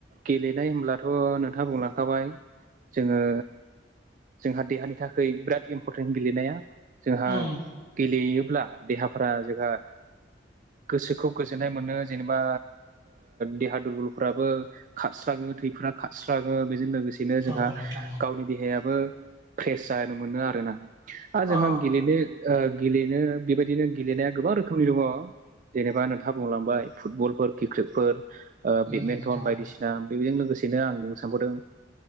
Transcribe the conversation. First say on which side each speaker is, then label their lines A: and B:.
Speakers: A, on the right (about 45°); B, on the right (about 20°).
A: गेलेनाय होनब्लाथ नोंथांङा बुंलांखाबाय जोंङो जोंहा देहानि थाखाय बिराद इम्परटेन्ट गेलेनाया जोंहा
B: उम
A: गेलेयोब्ला देहाफोरा जोंहा गोसोखौ गोजोननाय मोनो जेनेबा देहा दुरबलफ्राबो खारस्राङो थैफोरा खारस्राङो बेजों लोगोसेनो जोंहा
B: औ नोंथां
A: गावनि देहायाबो फ्रेस जानो मोनो आरोना आरो जोंहा
B: औ
A: गेलेनो गेलेनो बेबायदिनो गेलेनाया गोबां रोखोमनि दंङो जेनेबा नोंथांङा बुंलांबाय फुटबलफोर क्रिकेटफोर
B: उम
A: बेदमिन्टन
B: नोंथां
A: बायदिसिना बेजों लोगोसेनो आं बुंनो सानबावदों